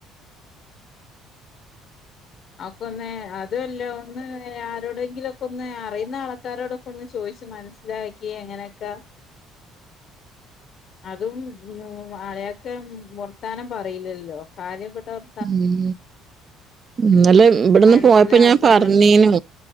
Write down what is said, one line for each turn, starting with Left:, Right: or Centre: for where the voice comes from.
Left: അപ്പൊന്നേ അതൊല്ല ഒന്ന് ആരോടെങ്കിലൊക്കെയൊന്ന് അറിയുന്ന ആൾക്കാരോടും ഒന്ന് ചോയ്ച്ച് മനസ്സിലാക്കി എങ്ങനെയൊക്കെ അതും ഉം അളിയാക്ക വർത്താനം പറയില്ലല്ലോ കാര്യപ്പെട്ട വർ
Right: ഉം ഇന്നലെ ഇബ്ട്ന്ന്
Left: മനസ്സിലാക്കാനും
Right: പോയപ്പൊ ഞാൻ പറഞ്ഞീനു